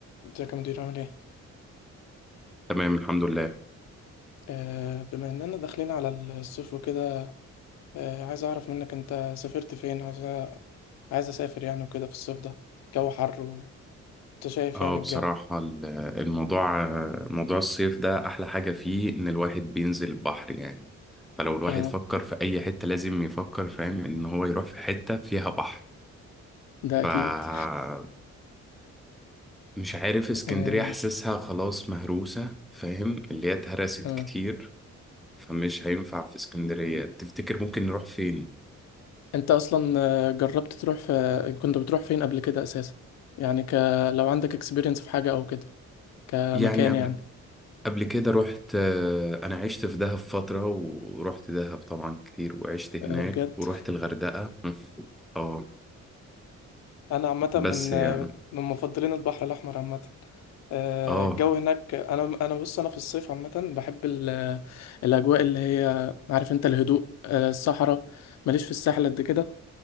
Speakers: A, on the left; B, in the centre.
A: ازيك يا مدير عامل ايه؟
B: تمام الحمد لله
A: آه، بما اننا داخلين على الصيف وكده آه، عايز اعرف منك انت سافرت فين؟ عايز أ- عايز اسافر يعني وكده في الصيف ده جو حر وانت شايف
B: اه
A: يعني
B: بصراحة
A: الجو
B: ال- الموضوع موضوع الصيف ده أحلى حاجة فيه إن الواحد بينزل البحر يعني فلو الواحد
A: اه
B: فكر في أي حتة لازم يفكر فاهم إن هو يروح في حتة فيها بحر
A: ده
B: فمش
A: اكيد
B: عارف اسكندرية
A: آه.
B: حاسسها خلاص مهروسة فاهم اللي هي اتهرست
A: آه.
B: كتير فمش هينفع في اسكندرية تفتكر ممكن نروح فين؟
A: انت اصلا آه، جربت تروح في كنت بتروح فين قبل كده اساسا؟ يعني ك... لو عندك اكسبيرينس في حاجة او كده كمكان
B: يعني
A: يعني
B: قبل كده رحت آه، انا عشت في دهب فترة ورحت دهب طبعا كتير وعشت هناك
A: آه، بجد
B: ورحت الغردقة مم. اه
A: انا عامه
B: بس
A: من
B: يعني
A: من مفضلين البحر الاحمر عامه آه،
B: اه
A: الجو هناك انا انا بص انا في الصيف عامه بحب ال- الاجواء اللي هي عارف انت الهدوء آه، الصحراء ماليش في الساحل قد كده